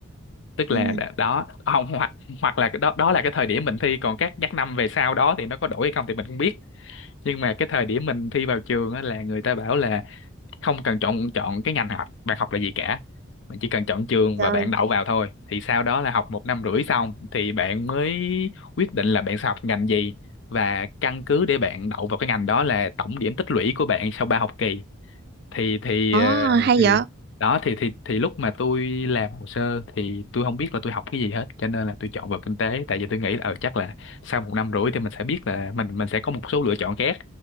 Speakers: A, on the left; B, on the right.
A: Tức
B: Ừ,
A: là đã- đó không hoặc hoặc là cái đó đó là cái thời điểm mình thi còn các các năm về sau đó thì nó có đổi hay không thì mình không biết. Nhưng mà cái thời điểm mình thi vào trường á, là người ta bảo là không cần chọn chọn cái ngành học bạn học là gì cả bạn chỉ cần chọn trường
B: trời
A: và bạn đậu vào thôi thì sau đó là học một năm rưỡi xong thì bạn mới quyết định là bạn sẽ học ngành gì và căn cứ để bạn đậu vào cái ngành đó là tổng điểm tích lũy của bạn sau ba học kỳ thì thì
B: ờ
A: ờ,
B: hay
A: thì
B: vậy
A: đó thì thì thì lúc mà tôi làm hồ sơ thì tôi không biết là tôi học cái gì hết cho nên là tôi chọn vào kinh tế tại vì tôi nghĩ là ờ chắc là sau một năm rưỡi thì mình sẽ biết là mình mình sẽ có một số lựa chọn khác